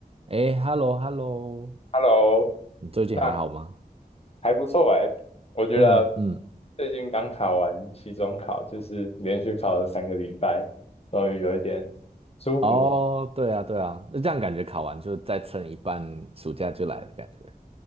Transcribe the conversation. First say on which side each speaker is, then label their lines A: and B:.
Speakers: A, on the right (about 40°); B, on the left (about 40°).
A: 哎，hello，hello，
B: Hello，
A: 你最近还好吗？
B: 那还不错哎，我觉得
A: 真的，嗯，
B: 最近刚考完期中考，就是连续考了三个礼拜，终于有一点舒服。
A: 哦，对啊，对啊，那这样感觉考完就再撑一半，暑假就来的感觉。